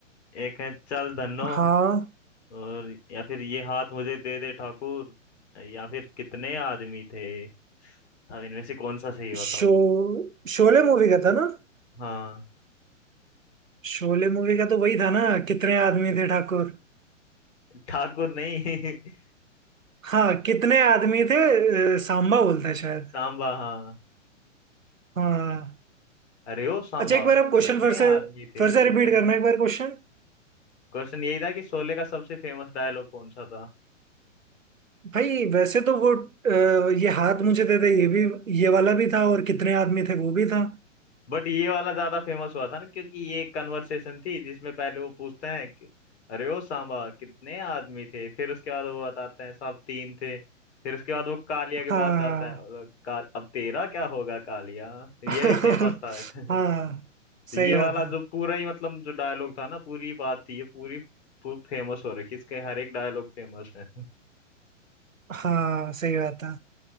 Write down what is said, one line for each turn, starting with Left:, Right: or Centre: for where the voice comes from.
Left: एक है चल धन्नो
Right: हाँ
Left: और या फिर ये हाथ मुझे दे दे ठाकुर या फिर कितने आदमी थे अब इनमें से कौन सा सही बताओ
Right: शो शोले मूवी का था ना
Left: हाँ
Right: शोले मूवी का तो वही था ना कितने आदमी थे ठाकुर
Left: ठाकुर नहीं
Right: हाँ कितने आदमी थे अ, सांबा बोलता है शायद
Left: <laughs> सांबा हाँ
Right: हाँ
Left: अरे ओ सांबा
Right: अच्छा एक बार आप क्वेश्चन
Left: कितने
Right: फिर से
Left: आदमी थे
Right: फिर से
Left: इस
Right: रिपीट
Left: तरह
Right: करना
Left: से
Right: एक बार क्वेश्चन
Left: क्वेश्चन यही था कि शोले का सबसे फेमस डायलॉग कौन सा था
Right: भाई वैसे तो वो अ, ये हाथ मुझे दे दे ये भी ये वाला भी था और कितने आदमी थे वो भी था
Left: बट ये वाला ज्यादा फेमस हुआ था ना क्योंकि ये एक कन्वर्सेशन थी जिसमें पहले वो पूछते हैं कि अरे ओ सांबा कितने आदमी थे फिर उसके बाद वो बताते हैं साहब तीन थे फिर उसके बाद वो कालिया के
Right: हाँ
Left: पास जाता है और का, अब तेरा क्या होगा कालिया ये
Right: <laughs>
Left: भी फेमस था
Right: हाँ
Left: वैसे तो
Right: सही
Left: ये
Right: बात
Left: वाला
Right: है
Left: जो पूरा ही मतलब जो डायलॉग था ना पूरी बात थी ये पूरी फेमस हो रखी इसके हर एक डायलॉग फेमस है
Right: हाँ सही बात है